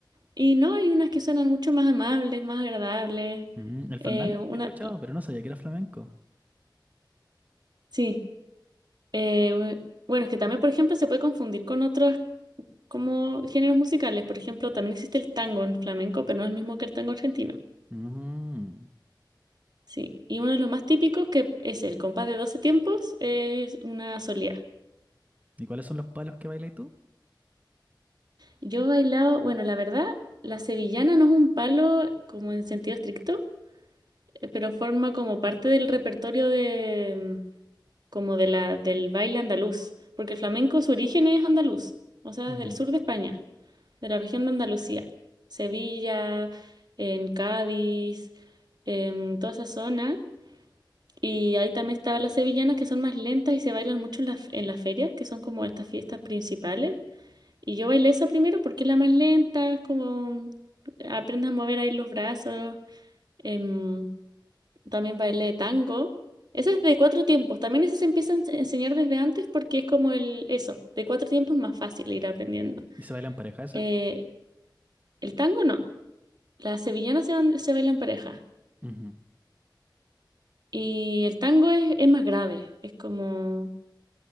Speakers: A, on the right; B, on the right.
A: Y no, hay unas que suenan mucho más amables, más agradables.
B: <laughs> mm, el fandango
A: Eh, una,
B: lo he escuchado, pero no sabía que era flamenco.
A: sí. Eh, bueno, es que también, por ejemplo, se puede confundir con otros como géneros musicales. Por ejemplo, también existe el tango en flamenco, pero no es el mismo que el tango argentino.
B: Mm,
A: Sí, y uno de los más típicos que es el compás de 12 tiempos es una solía.
B: ¿y cuáles son los palos que bailas tú?
A: Yo he bailado, bueno, la verdad, la sevillana no es un palo como en sentido estricto, eh, pero forma como parte del repertorio de mm, como de la del baile andaluz, porque el flamenco su origen es andaluz, o sea,
B: Ujú.
A: del sur de España, de la región de Andalucía, Sevilla, en Cádiz, en toda esa zona. Y ahí también estaban las sevillanas que son más lentas y se bailan mucho en las, en las ferias, que son como estas fiestas principales. Y yo bailé esa primero porque es la más lenta, es como aprendes a mover ahí los brazos. Em, también bailé tango. Esa es de cuatro tiempos. También ese se empieza a ense- enseñar desde antes porque es como el eso, de cuatro tiempos es más fácil ir aprendiendo.
B: ¿Y se bailan pareja esa?
A: Eh, el tango no. Las sevillanas se, van- se bailan pareja.
B: Ujú.
A: Y el tango es, es más grave. Es como